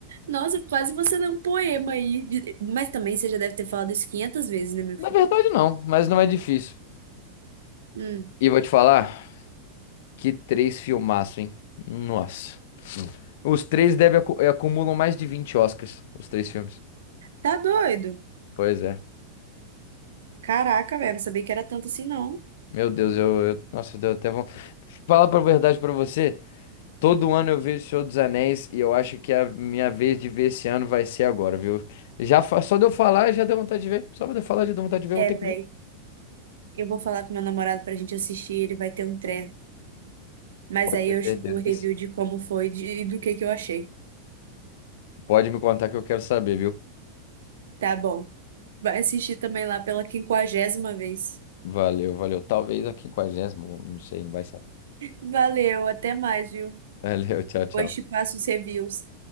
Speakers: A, on the right; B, on the left.
A: nossa, quase você lê um poema aí. De- Mas também você já deve ter falado isso 500 vezes, né, meu
B: Na
A: filho?
B: verdade, não, mas não é difícil.
A: Hum.
B: E vou te falar que três filmaço, hein? Nossa. Os três devem acu- eh, acumulam mais de 20 Oscars, os três filmes.
A: Tá doido?
B: Pois é.
A: Caraca, velho, não sabia que era tanto assim, não.
B: Meu Deus, eu, eu- nossa, deu até vão falar pra verdade pra você. Todo ano eu vejo o Senhor dos Anéis e eu acho que é a minha vez de ver esse ano vai ser agora, viu? Já fa- só de eu falar já deu vontade de ver. Só de eu falar já deu vontade de ver,
A: É,
B: eu vou ter
A: velho.
B: que ver.
A: Eu vou falar com meu namorado pra gente assistir, ele vai ter um treco. Mas
B: Pode
A: aí
B: ter
A: eu
B: certeza
A: te dou o review
B: que sim.
A: de como foi de- e do que que eu achei.
B: Pode me contar que eu quero saber, viu?
A: Tá bom. Vai assistir também lá pela quinquagésima vez.
B: Valeu, valeu. Talvez a quinquagésima, não sei, não vai saber.
A: Valeu, até mais, viu?
B: <laughs> Valeu, tchau,
A: Depois
B: tchau.
A: te passo os reviews.